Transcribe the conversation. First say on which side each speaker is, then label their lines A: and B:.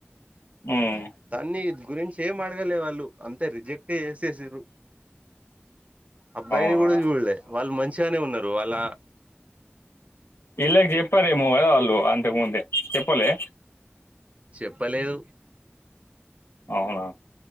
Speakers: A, on the left; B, on the right.
A: ఉమ్
B: దాన్ని గురించి ఏం అడగలే వాళ్ళు అంతే రిజెక్ట్ చేసేసిర్రు అబ్బాయిని
A: అవునా
B: కూడా చూడలే వాళ్ళు మంచిగానే ఉన్నారు వాళ్ళ
A: ఇలాగే చెప్పారేమో కదా వాళ్ళు అంతకుముందే చెప్పలే
B: చెప్పలేదు
A: అవునా